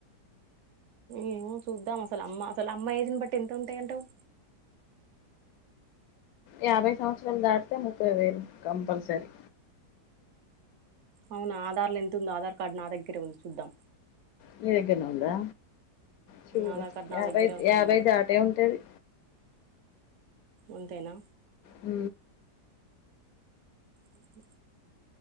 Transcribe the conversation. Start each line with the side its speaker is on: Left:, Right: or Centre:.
Right: ఏమో చూద్దాం అసలు అమ్మ అసల్ అమ్మ ఏజ్ ని బట్టి ఎంత ఉంటయంటవ్
Left: యాభై సంవత్సరాలు దాటితే ముప్పై వేలు కంపల్సరీ
Right: అవునా ఆధార్ల ఎంతుందో ఆధార్ కార్డు నా దగ్గరే ఉంది చూద్దాం.
Left: నీ దగ్గర్నె ఉందా చూడు
Right: ఆధార్ కార్డు నా
Left: యాభై
Right: దగ్గరే ఉంది
Left: యాభై
Right: అమ్మది
Left: దాటే ఉంటది
Right: అంతేనా
Left: ఊ
Right: ఉ ఉ